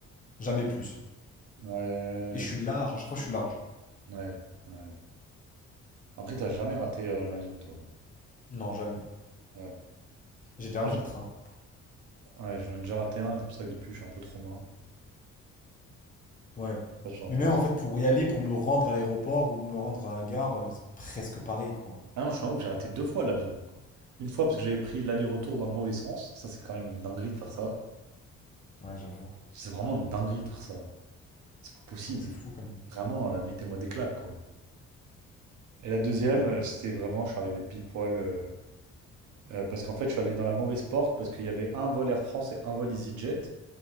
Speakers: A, on the left; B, on the right.
A: Jamais plus.
B: Ouais,
A: Et je suis large, à chaque fois, je suis large.
B: ouais, ouais. ouais. Après, t'as jamais raté euh, un avion, toi.
A: Non, jamais.
B: Ouais.
A: J'ai déjà
B: Moi,
A: raté
B: j'en
A: le train.
B: ouais, j'en ai déjà raté un, et c'est pour ça que depuis, je suis un peu trop main.
A: Ouais.
B: Je sais pas si tu te rappelles.
A: Mais même, en fait, pour y aller, pour me rendre à l'aéroport ou me rendre à la gare, euh, c'est presque pareil, quoi.
B: Ah non, je suis un ouf, j'ai raté deux fois l'avion. Une fois parce que j'avais pris l'aller-retour dans le mauvais sens. Ça, c'est quand même une dinguerie de faire ça.
A: Ouais, j'avoue.
B: C'est vraiment une dinguerie de faire ça. C'est pas possible.
A: Ouais, c'est fou, quand même.
B: Vraiment, euh, mettez-moi des claques, quoi. Et la deuxième,
A: Ouais.
B: euh, c'était vraiment, je suis arrivé pile poil. euh, euh, parce qu'en fait, je suis allé dans la mauvaise porte parce qu'il y avait un vol Air France et un vol EasyJet